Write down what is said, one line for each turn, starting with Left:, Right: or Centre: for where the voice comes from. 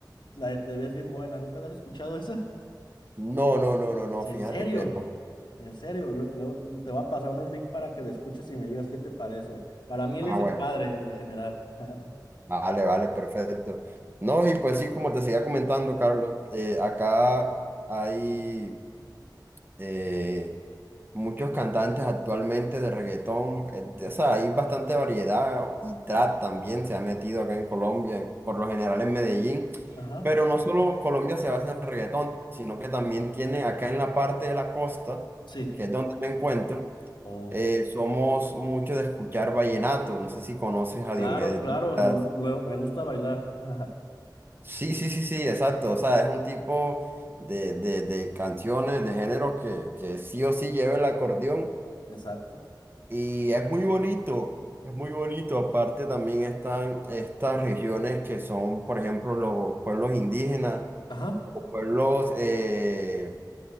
Left: la de Te ves bien buena, ¿nunca la has escuchado esa?
Right: no, no, no, no, no,
Left: En
Right: fíjate
Left: serio,
Right: que no.
Left: en serio, Lue- luego te voy a pasar unos links para que la escuches y me digas qué te parece. Para mí él
Right: Ah,
Left: es el
Right: bueno,
Left: padre del general. <laughs>
Right: vale, vale, perfecto. No, y pues sí, como te seguía comentando, Carlos, eh, acá hay... eh, muchos cantantes actualmente de reggaetón, eh, o sea, hay bastante variedad y trap también se ha metido acá en Colombia, por lo general en Medellín,
Left: Ajá,
Right: pero no solo Colombia se basa en reggaetón, sino que también tiene acá en la parte de la costa,
Left: sí.
Right: que es donde me encuentro,
Left: Oh,
Right: eh, somos muchos de escuchar vallenato, no sé si conoces a
Left: claro,
Right: Diomedes
Left: claro,
Right: Díaz.
Left: lo, lo- me gusta bailar. <laughs> Ajá,
Right: Sí, sí, sí, sí, exacto, o sea, es un tipo... De, de, de canciones de género que, que sí o sí lleva el acordeón
Left: Exacto.
Right: Y es muy bonito, es muy bonito. Aparte también están estas regiones que son, por ejemplo, los pueblos indígenas
Left: Ajá.
Right: o pueblos eh,